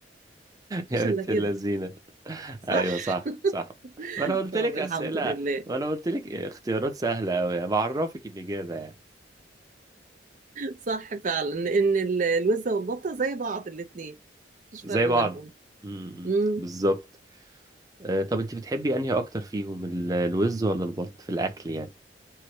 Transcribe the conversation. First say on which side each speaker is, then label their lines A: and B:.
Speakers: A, on the right (about 45°); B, on the right (about 20°).
A: مفيش
B: يا بنت
A: إلا كده
B: اللذينة
A: صح؟
B: ايوه صح صح
A: <laughs>
B: ما انا قلت
A: طب
B: لك
A: الحمد
B: اسئلة
A: لله
B: ما انا قلت لك اختيارات سهلة قوي يعني بعرفك الاجابة يعني
A: صح فعلا ان ال- الوزة والبطة زي بعض الاتنين مفيش
B: زي
A: فرق
B: بعض
A: بينهم
B: امم
A: امم
B: بالظبط آه، طب انت بتحبي انهي اكتر فيهم ال- الوز ولا البط في الاكل يعني